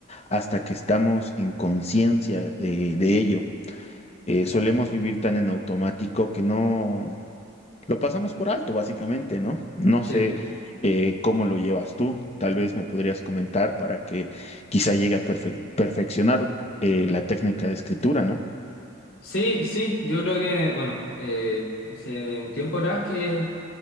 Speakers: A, on the left; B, on the left.
A: hasta que estamos en conciencia de de ello. eh, solemos vivir tan en automático que no lo pasamos por alto, básicamente, ¿no? No
B: Sí,
A: sé eh, cómo lo llevas tú, tal vez me podrías comentar para que quizá llegue a perfe- perfeccionar eh, la técnica de escritura, ¿no?
B: sí, sí, yo creo que, bueno, eh, hace un tiempo atrás que